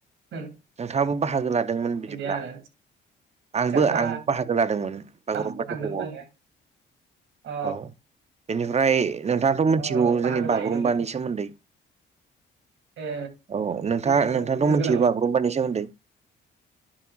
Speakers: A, on the right (about 75°); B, on the right (about 35°).
A: होम
B: नोंथाङाबो बाहागो लादोंमोन बिदिब्ला।
A: बिदि आरो
B: आंबो
A: सेरजा
B: आंबो बाहागो लादोंमोन। बागुरुम्बा
A: दामनो थांदोंमोन
B: दोहौआव।
A: आङो अ।
B: औ बेनिफ्राय नोंथाङाथ' मिथिगौ
A: अ बाहागो
B: जोंनि
A: लाहैदोंमोन
B: बागुरुम्बानि सोमोन्दै
A: ए
B: औ नोंथां
A: ओ
B: नोंथांथ'
A: नंगौ
B: मिथियो
A: नामा
B: बागुरुम्बानि सोमोन्दै